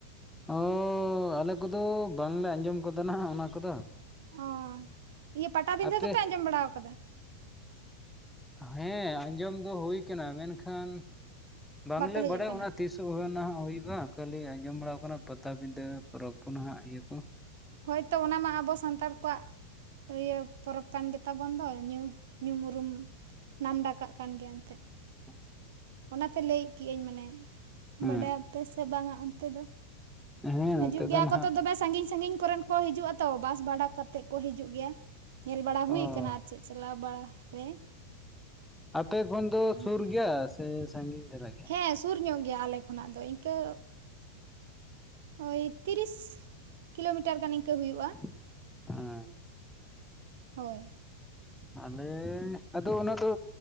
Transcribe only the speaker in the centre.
ᱚᱻ ᱟᱞᱮ ᱠᱚᱫᱚ ᱵᱟᱝᱞᱮ ᱟᱸᱡᱚᱢ ᱠᱟᱫᱟ ᱱᱟᱦᱟᱜ ᱚᱱᱟ ᱠᱚᱫᱚ ᱾
ᱟᱯᱮ
ᱦᱮᱸ ᱟᱸᱡᱚᱢ ᱫᱚ ᱦᱩᱭ ᱠᱟᱱᱟ ᱢᱮᱱᱠᱷᱟᱱ ᱵᱟᱝᱞᱮ
ᱵᱟᱰᱟᱭᱟ
ᱚᱱᱟ ᱛᱤᱥ ᱱᱤᱛᱚᱜ ᱱᱟᱦᱟᱜ ᱦᱩᱭᱩᱜᱼᱟ ᱠᱷᱟᱹᱞᱤ ᱟᱸᱡᱚᱢ ᱵᱟᱲᱟ ᱟᱠᱟᱱᱟ ᱯᱟᱴᱟᱵᱤᱫᱷᱟᱹ ᱯᱚᱨᱚᱵᱽ ᱠᱚ ᱱᱟᱦᱟᱜ ᱤᱭᱟᱹ ᱠᱚ᱾
<unintelligible>
ᱦᱮᱸ
ᱦᱮᱸ
ᱱᱚᱛᱮ ᱫᱚ
ᱱᱟᱦᱟᱜ
ᱚ
ᱟᱯᱮ ᱠᱷᱚᱱ ᱫᱚ ᱥᱩᱨ
ᱜᱮᱭᱟ ᱾ ᱥᱮ ᱥᱟᱺᱜᱤᱧ ᱫᱷᱟᱨᱟ ᱜᱮ,
<unintelligible>
ᱟᱞᱮ ᱟᱫᱚ ᱚᱱᱟ ᱫᱚ